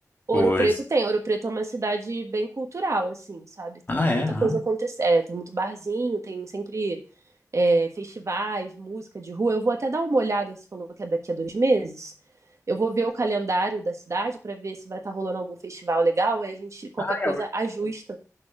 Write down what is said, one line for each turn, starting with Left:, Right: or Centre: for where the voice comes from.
Right: Ouro
Left: Pois.
Right: Preto tem. Ouro Preto é uma cidade bem cultural, assim, sabe? Tem
Left: Ah,
Right: muita
Left: é. Ah.
Right: coisa acontecendo. É, tem muito barzinho, tem sempre é, festivais, música de rua. Eu vou até dar uma olhada, você falou que é daqui a dois meses. Eu vou ver o calendário da cidade para ver se vai estar rolando algum festival legal e a gente, qualquer
Left: Ah,
Right: coisa,
Left: é ótimo.
Right: ajusta